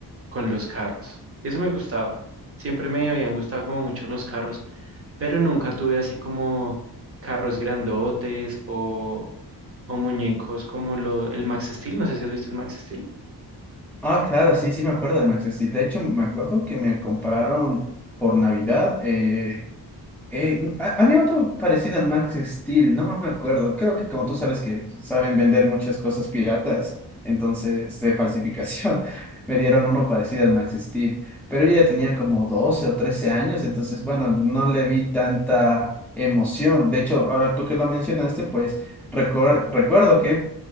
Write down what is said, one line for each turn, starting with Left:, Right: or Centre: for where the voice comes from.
Right: con los carros. Eso me gustaba. Siempre me habían gustado como mucho los carros, pero nunca tuve así como carros grandotes o, o muñecos como lo, el Max Steel. No sé si has visto el Max Steel.
Centre: Ah, claro, sí, sí me acuerdo del Max Steel. De hecho, me acuerdo que me compraron por Navidad eh, Eh, n- ha- había otro parecido al Max Steel, no me acuerdo. Creo que como tú sabes que saben vender muchas cosas piratas, entonces de falsificación, <laughs> me dieron uno parecido al Max Steel. Pero yo ya tenía como 12 o 13 años, entonces bueno, no le vi tanta emoción. De hecho, ahora tú que lo mencionaste, pues recuer- recuerdo que